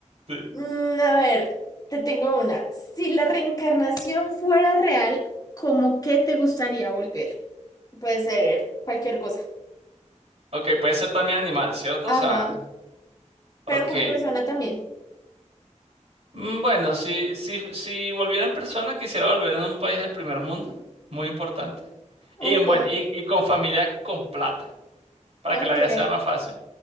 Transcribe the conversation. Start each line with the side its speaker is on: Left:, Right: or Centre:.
Right: sí.
Left: Mm, a ver, te tengo una. Si la reencarnación fuera real, ¿cómo qué te gustaría volver? Puede ser cualquier cosa.
Right: Ok, puede ser también animal, ¿cierto? O sea,
Left: Ajá. Pero
Right: ok,
Left: con persona también.
Right: Mm, Bueno, si, si, si volviera en persona, quisiera volver en un país del primer mundo, muy importante.
Left: Ok,
Right: Y, en buen, y, y con familia con plata, para
Left: ok.
Right: que la vida sea más fácil.